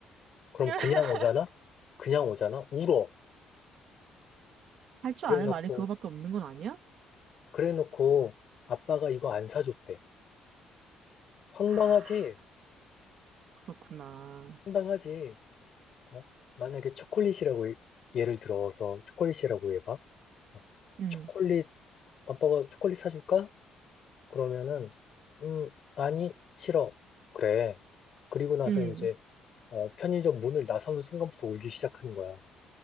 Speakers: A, on the left (about 40°); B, on the right (about 55°).
A: 그럼
B: <laughs>
A: 그냥 오잖아? 그냥 오잖아? 울어.
B: 할 줄
A: 그래
B: 아는
A: 놓고,
B: 말이 그거밖에 없는 건 아니야?
A: 그래 놓고 아빠가 이거 안 사줬대. 황당하지?
B: 아, 그렇구나.
A: 황당하지? 어? 만약에 초콜릿이라고 예- 예를 들어서 초콜릿이라고 해봐. 어,
B: 응,
A: 초콜릿, 아빠가 초콜릿 사줄까? 그러면은, 음, 아니, 싫어. 그래. 그리고 나서
B: 응.
A: 이제, 어, 편의점 문을 나서는 순간부터 울기 시작하는 거야.